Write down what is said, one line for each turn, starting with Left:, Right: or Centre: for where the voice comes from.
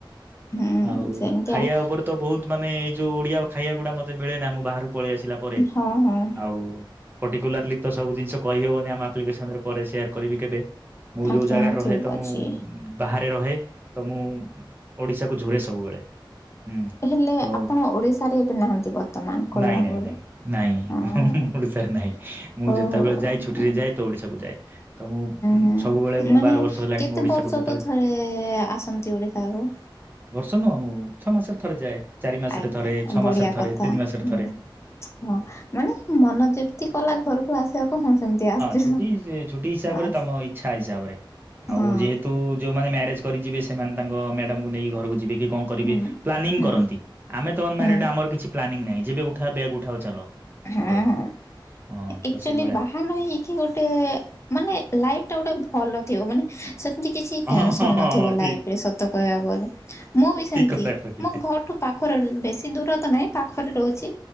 Left: ହୁଁ
Right: ଆଉ
Left: ସେମିତି
Right: ଖାଇବା
Left: ଆଉ
Right: ଉପରେ ତ ବହୁତ ମାନେ ଯେଉଁଡ଼ିଆ ଖାଇବା ଗୁଡ଼ା ମୋତେ ମିଳେ ନାହିଁ ବାହାରକୁ ପଳେଇ ଆସିଲା ପରେ
Left: ହଁ ହଁ
Right: ଆଉ ପର୍ଟିକୁଲାରଲି ତ ସବୁ ଜିନିଷ କହିହବନି, ଆମ ଆପ୍ଲିକେସନରେ ପରେ ସେୟାର କରିବି କେବେ ମୁଁ ଯୋଉ
Left: ଆଜ୍ଞା
Right: ଜାଗାରେ ରହେ
Left: ଠିକ
Right: ତ
Left: ଅଛି
Right: ମୁଁ
Left: ପଛି।
Right: ବାହାରେ ରହେ ତ ମୁଁ ଓଡିଶା କୁ ଝୁରେ ସବୁବେଳେ ହୁଁ
Left: ହେଲେ
Right: ତ
Left: ଆପଣ ଓଡ଼ିଶାରେ ଏବେ ନାହାନ୍ତି
Right: <inaudible>
Left: ବର୍ତ୍ତମାନ କହିବାକୁ
Right: ନାଇଁ
Left: ଗଲେ।
Right: ନାଇଁ ନାଇଁ
Left: ହଁ ହଁ
Right: ନାଇଁ ଓଡିଶାରେ ନାହିଁ ମୁଁ
Left: ଓହୋ
Right: ଯେତେବେଳେ
Left: ହଁ
Right: ଯାଏ ଛୁଟିରେ
Left: ହୁଁ
Right: ଯାଏ ତ ଓଡିଶାକୁ ଯାଏ ତ ମୁଁ
Left: ହୁଁ
Right: ସବୁବେଳେ ମୁଁ
Left: ମାନେ
Right: ବାର ବର୍ଷ ହେଲାଣି
Left: କେତେ
Right: ମୁଁ ଓଡିଶାକୁ
Left: ବର୍ଷକୁ
Right: ଯେତେବେଳେ
Left: ଥରେ ଆସନ୍ତି ଓଡିଶାକୁ? <inaudible>
Right: ବର୍ଷ ନୁହଁ ମୁଁ ଛଅ ମାସରେ ଥରେ ଯାଏ। ଚାରି ମାସରେ
Left: ଆଜ୍ଞା
Right: ଥରେ ଛଅ
Left: ବଢିଆ
Right: ମାସରେ ଥରେ
Left: କଥା
Right: ତିନି ମାସରେ
Left: <inaudible> ହଁ
Right: ଥରେ
Left: ହଁ ମାନେ ମନ ଯେମତି କଲା ଘରକୁ ଆସିବାକୁ ହଁ ସେମତି ଆସଛ
Right: ଛୁଟି ସେ
Left: <inaudible>
Right: ଛୁଟି ହିସାବରେ
Left: ବାସ୍।
Right: ତମ ଇଚ୍ଛା ହିସାବରେ। ଆଉ
Left: ହଁ
Right: ଯେହେତୁ ଯୋଉମାନେ ମ୍ୟାରେଜ କରିଯିବେ ସେ ମାନେ ତାଙ୍କ ମ୍ୟାଡାମକୁ ନେଇ ଘରକୁ ଯିବେ କି। କଣ କରିବେ
Left: ହୁଁ
Right: ପ୍ଲାନିଂ
Left: ହୁଁ
Right: କରନ୍ତି, ଆମେ ତଲ ଅନମ୍ୟାରେଡ
Left: ହୁଁ
Right: ଆମର କିଛି ପ୍ଲାନିଂ ନାଇଁ। ଯେବେ ଉଠା ବ୍ୟାଗ୍ ଉଠାଅ ଚାଲ।
Left: ହଁ
Right: ଘରକୁ।
Left: ହଁ
Right: ହଁ
Left: ଆକ୍ଚୁଆଲି
Right: ତ ସେଇଭଳିଆ
Left: ବାହା ନ ହେଇକି ଗୋଟେ ମାନେ ଲାଇଫଟା ଗୋଟେ ଭଲ ଥିବ ମାନେ ସେ ଏମତି କିଛି ଟେନସନ୍
Right: ହଁ ହଁ ହଁ
Left: ନଥିବ
Right: ହଁ ଠିକ
Left: ଲାଇଫରେ ସତ କହିବାକୁ ଗଲେ ମୁଁ ବି ସେମିତି
Right: ଠିକ କଥା କହିଲେ।
Left: ମୋ ଘରଠୁ ପାଖରେ ବେଶି ଦୂର ତ ନାହିଁ। ପାଖରେ ରହୁଛି।